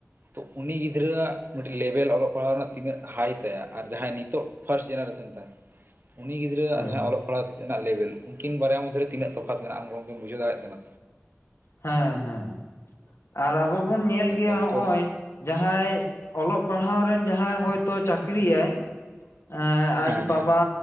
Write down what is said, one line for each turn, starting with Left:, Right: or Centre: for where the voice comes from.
Right: ᱛᱚ ᱩᱱᱤ ᱜᱤᱫᱽᱨᱟᱹᱣ ᱟᱜ ᱢᱤᱫᱴᱤᱡ ᱞᱮᱵᱮᱞ ᱚᱞᱚᱜ ᱯᱟᱲᱦᱟᱜ ᱨᱮᱱᱟᱜ ᱛᱤᱱᱟᱹᱜ ᱦᱟᱭ ᱛᱟᱭᱟ ᱟᱨ ᱡᱟᱦᱟᱸᱭ ᱱᱤᱛᱚᱜ ᱯᱷᱟᱥᱴ ᱡᱮᱱᱟᱨᱮᱥᱮᱱ ᱛᱟᱭ
Left: <inaudible>
Right: ᱩᱱᱤ ᱜᱤᱫᱽᱨᱟᱹᱣᱟᱜ
Left: ᱦᱳᱭ
Right: ᱡᱟᱦᱟᱸ ᱚᱞᱚᱜ ᱯᱟᱲᱦᱟᱜ ᱨᱮᱱᱟᱜ ᱞᱮᱵᱮᱞ ᱩᱱᱠᱤᱱ ᱵᱟᱨᱭᱟ ᱢᱚᱫᱽᱫᱷᱮ ᱨᱮ ᱛᱤᱱᱟᱹᱜ ᱛᱚᱯᱷᱟᱛ ᱢᱮᱱᱟᱜᱼᱟ ᱟᱢ ᱜᱚᱢᱠᱮᱢ ᱵᱩᱡᱷᱟᱹᱣ ᱫᱟᱲᱮᱭᱟᱜ ᱠᱟᱱᱟ
Left: ᱦᱮᱸ ᱦᱮᱸ ᱟᱨ ᱟᱵᱚ ᱵᱚᱱ ᱧᱮᱞ
Right: ᱮᱠᱫᱚᱢ
Left: ᱜᱮᱭᱟ ᱦᱚᱸᱜ-ᱚᱭ
Right: ᱛᱚ
Left: ᱡᱟᱦᱟᱸᱭ ᱚᱞᱚᱜ ᱯᱟᱲᱦᱟᱣ ᱨᱮᱱ ᱡᱟᱦᱟᱸᱭ ᱦᱳᱭᱛᱚ ᱪᱟᱹᱠᱨᱤᱭᱟᱭ ᱮᱸ ᱟᱡ
Right: ᱦᱮᱸ
Left: ᱵᱟᱵᱟ
Right: ᱦᱮᱸ